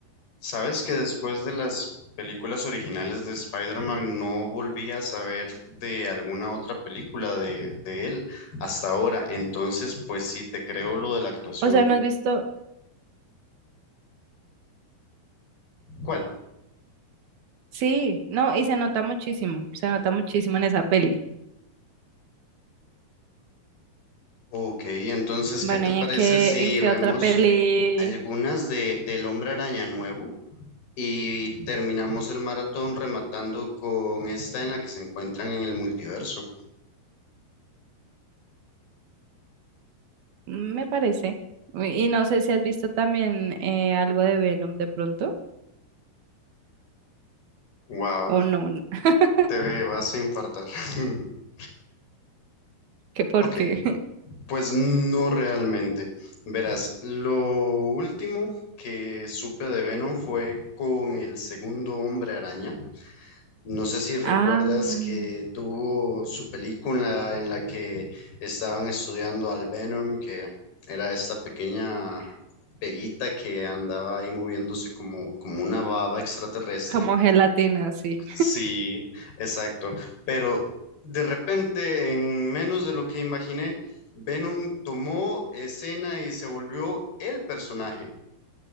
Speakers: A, on the left; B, on the right.
A: ¿Sabes que después de las películas originales de Spider-Man no volví a saber de alguna otra película de, de él hasta ahora? Entonces, pues sí, te creo lo de la actuación.
B: O sea, no has visto,
A: ¿Cuál?
B: sí, no, y se nota muchísimo, se nota muchísimo en esa peli.
A: Ok, entonces,
B: Bueno,
A: ¿qué te
B: ¿y
A: parece
B: en qué,
A: si
B: en qué
A: vemos
B: otra peli
A: algunas de del Hombre Araña nuevo y terminamos el maratón rematando con esta en la que se encuentran en el multiverso?
B: me parece? Y no sé si has visto también eh, algo de Venom de pronto,
A: Wow,
B: o no. <laughs>
A: te vas a infartar. <laughs>
B: ¿Qué porque?
A: Ok,
B: <laughs>
A: pues no realmente. Verás, lo último que supe de Venom fue con el segundo Hombre Araña No sé si recuerdas
B: Ah,
A: que tuvo su película en la que estaban estudiando al Venom, que era esta pequeña peguita que andaba ahí moviéndose como, como una baba extraterrestre.
B: como gelatina, sí.
A: Sí, exacto. Pero de repente, en menos de lo que imaginé, Venom tomó escena y se volvió el personaje.